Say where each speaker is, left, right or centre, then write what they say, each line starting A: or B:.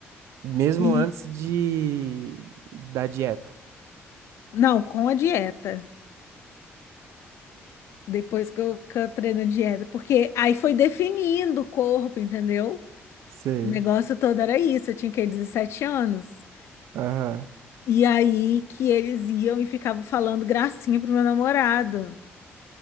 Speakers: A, on the right; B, on the left.
A: Mesmo
B: E
A: antes de da dieta.
B: não, com a dieta. Depois que eu, que eu treino a dieta, porque aí foi definindo o corpo, entendeu?
A: Sei.
B: O negócio todo era isso, eu tinha o quê? 17 anos.
A: Aham.
B: E aí que eles iam e ficavam falando gracinha pro meu namorado.